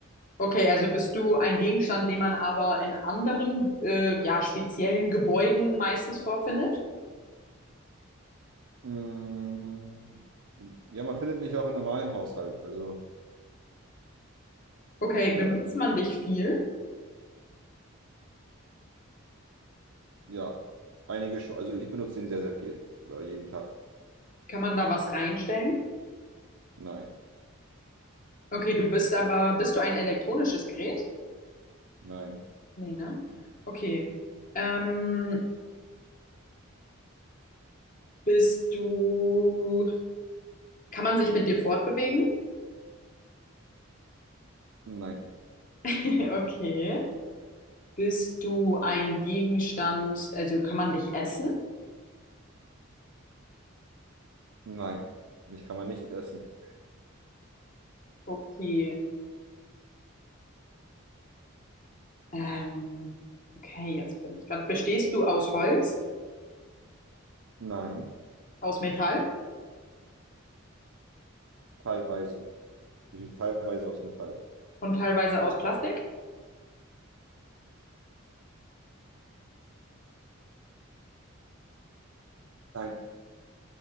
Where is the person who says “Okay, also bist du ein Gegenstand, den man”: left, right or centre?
Left